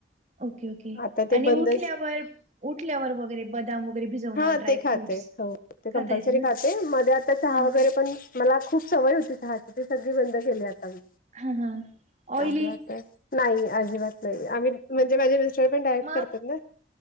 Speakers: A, on the right (about 40°); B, on the left (about 50°).
A: ओके ओके
B: आता ते
A: आणि
B: बंदच
A: उठल्यावर उठल्यावर वगैरे बदाम वगैरे भिजवणं
B: हा
A: ड्रायफ्रूट्स
B: ते खाते हो ते कंपल्सरी
A: खाता येत ना
B: खाते मध्ये आता चहा
A: हां
B: वगैरे पण मला खूप सवय होती चहाची ते सगळी बंद केली आता मी.
A: हां हां
B: त्यामुळे
A: ऑइली
B: आता नाही अजिबात नाही आम्ही म्हणजे माझे मिस्टर पण डाएट
A: मग
B: करतात ना